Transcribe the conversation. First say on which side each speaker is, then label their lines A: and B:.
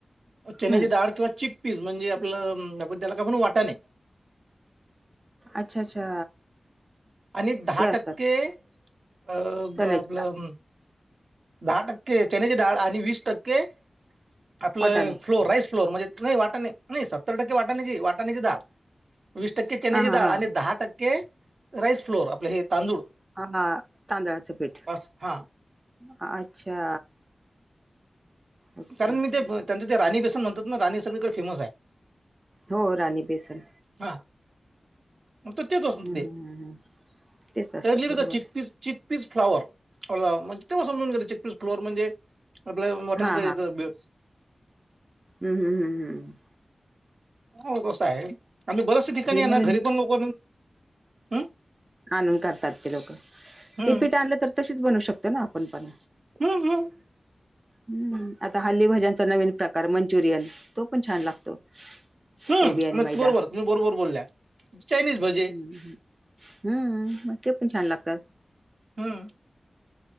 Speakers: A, on the right; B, on the right.
A: चेन्नची
B: हम्म
A: डाळ किंवा चीक ी म्हणजे आपलं त्याला काय म्हण वाटाने नाही
B: अच्छा अच्छा
A: आणि दहा
B: ते असतात
A: टक्के अ
B: चण्याची
A: आपलं
B: डाळ
A: दहा टक्के चनेची डाळ आणि वीस टक्के आपलं
B: वाटाणे
A: फ्लोर राईस फ्लोअर म्हणजे नाही वाटा नाही सत्तर टक्के वाटाणीची वाटाण्याची दाार वीस टक्के चनची
B: हा हा
A: डाळ
B: हा.
A: आणि दहा टक्के राईस फ्लोअर आपले हे तांदूळ
B: हा तांदळाचं पीठ
A: अस हा
B: अच्छा ओके
A: कारण
B: ओके
A: मी ते त्यांचं ते राणी बेसन म्हणतात ना राणी सगळीकडे फेमस आहे
B: हो राणी बेसन
A: हा त तेच
B: हम्म
A: ते
B: हम्म हम्म हम्म तेच असतं
A: त्या लिलं
B: बरोबर
A: चितप च पीस फ्लॉवर तेव्हा समजून गे फ्लवर म्हणजे आप
B: हा
A: ेत <inaudible>
B: हम् हम हम हम
A: हो तसं आहे आम्ही बर्याच ठिकाणी
B: हे
A: ये
B: नवीन
A: ना घरी पण लोक ह्
B: आणून करतात ते लोक
A: हम्म
B: ते पीठ आणलं तर तशीच बनवू शकतो ना आपण पण
A: हम्म हम्म.
B: हम्म आता हल्ली भाज्यांचा नवीन प्रकार मंचुरियन तो पण छान लागतो.
A: हम्म
B: कोबी आणि
A: मग
B: मैदा
A: तू बरोबर तुम्ही बरोबर बोलल्या चायनीज भजे
B: हम्म मग ते पण छान लागतात.
A: हम्म.